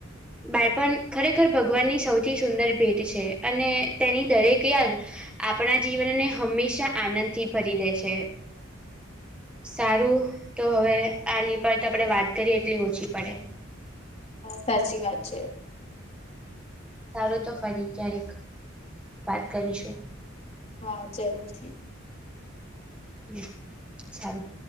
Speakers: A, in the centre; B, on the left (about 30°).
A: બાળપણ ખરેખર ભગવાન ની સૌથી થી સુંદર ભેટ છે અને તેની દરેક યાદ આપણા જીવનને હંમેશા આનંદથી ભરી દે છે સારું તો હવે આની પર આપણે વાત કરીએ એટલી ઓછી પડે
B: સાચી વાત છે
A: સારું તો ફરી ક્યારેક વાત કરીશું
B: હા જરૂરથી
A: હમ સારું